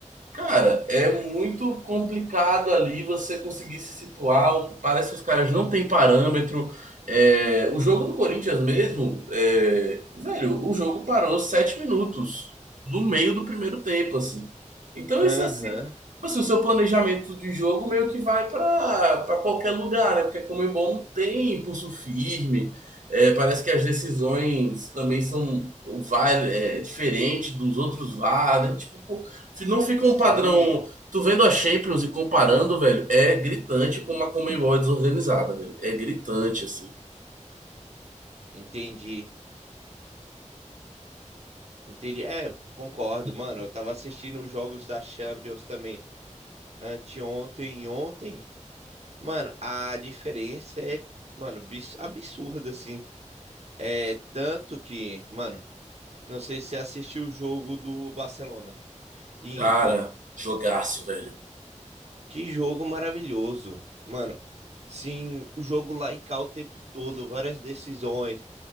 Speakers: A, on the right; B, on the right.
A: Cara, é muito complicado ali você conseguir se situar. Parece que os caras não têm parâmetro. É, o jogo do Corinthians mesmo, é, velho, o jogo parou sete minutos no meio do primeiro tempo, assim. Então
B: Aham,
A: isso assim, assim, o seu planejamento de jogo meio que vai para para qualquer lugar, né? Porque a Conmebol não tem pulso firme. É, parece que as decisões também são o VAR é diferente dos outros VAR, né? Tipo, pô, não fica
B: sim,
A: um padrão. Tu vendo a Champions e comparando, velho, é gritante como a Conmebol é desorganizada, velho. É gritante, assim.
B: entendi. Entendi. É, concordo, mano. Eu tava assistindo os jogos da Champions também. anteontem e ontem, mano, a diferença é, mano, absurda, assim. É tanto que, mano, não sei se você assistiu o jogo do Barcelona e Inter.
A: Cara, jogaço, velho.
B: Que jogo maravilhoso. Mano, sim, o jogo lá e cá o tempo todo, várias decisões.